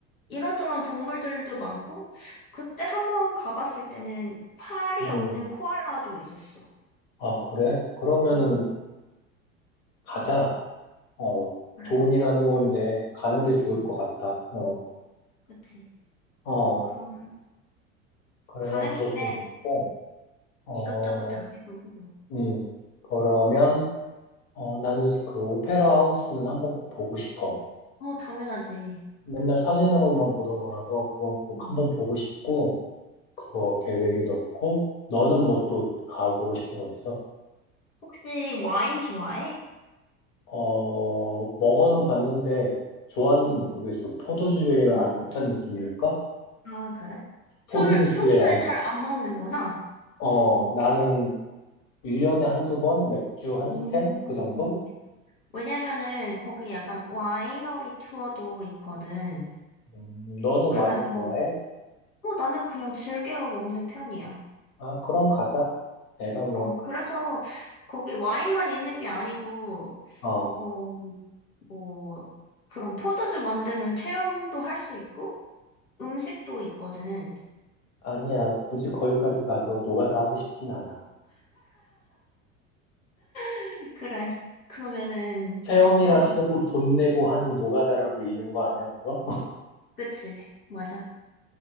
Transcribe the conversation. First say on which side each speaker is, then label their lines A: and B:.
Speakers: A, on the left; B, on the left.
A: 이런저런 동물들도 많고 그때 한번 가봤을 때는 팔이
B: 음.
A: 없는 코알라도 있었어.
B: 아, 그래? 그러면은
A: 어
B: 가자. 어,
A: 그래.
B: 좋은 일 하는 건데
A: 동
B: 가는
A: 그치
B: 게 좋을 것 같다. 어,
A: 그치.
B: 어,
A: 그럼
B: 그러면
A: 가는
B: 그것도
A: 김에
B: 먹고, 어,
A: 이것저것 다 해보고.
B: 음, 그러면 어, 나는 그 오페라 하우스는 한번 꼭 보고 싶어.
A: 어 당연하지.
B: 맨날 사진으로만 보던 거라서 그건 꼭
A: 음.
B: 한번 보고 싶고, 그거 계획에 넣고, 너는 뭐 또 가보고 싶은 거 있어?
A: 혹시 와인 좋아해?
B: 어, 먹어는 봤는데 좋아하는지
A: 응.
B: 모르겠어. 포도주의
A: 아,
B: 알코올 탄 느낌이랄까?
A: 아 그래? 술을
B: 포도주스의
A: 평소에 잘 안 먹는구나.
B: 어, 나는 1년에 한두 번, 맥주 한두
A: 음,
B: 캔? 그 정도?
A: 왜냐면은 거기 약간 와이너리 투어도 있거든.
B: 음, 너는
A: 그래서
B: 와인 좋아해?
A: 어, 나는 그냥 즐겨 먹는 편이야.
B: 아, 그럼 가자. 내가 뭐,
A: 어, 그래서 거기 와인만 있는 게 아니고
B: 어,
A: 어, 뭐 그런 포도주 만드는 체험도 할 수 있고 음식도 있거든.
B: 아니야. 굳이 거기까지 가서 노가다 하고 싶진 않아.
A: <laughs> 그래. 그러면은
B: 체험이라
A: 한번
B: 쓰고 돈 내고 하는 노가다라고 읽는 거 아니야, 그거? <laughs>
A: 그치. 맞아.